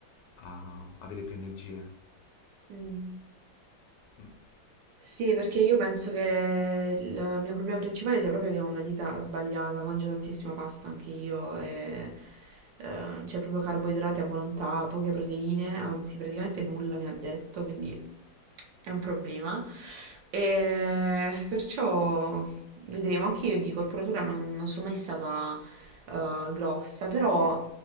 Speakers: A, on the left (about 70°); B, on the right (about 70°).
A: a avere più energie.
B: Mm.
A: Mm.
B: Sì, perché io penso che il mio problema principale sia proprio che ho una dieta sbagliata, mangio tantissima pasta anche io, e, eh, c'è proprio carboidrati a volontà, poche proteine, anzi praticamente nulla mi ha detto, quindi è un problema. E perciò vedremo, anche io di corporatura non, non sono mai stata eh, grossa, però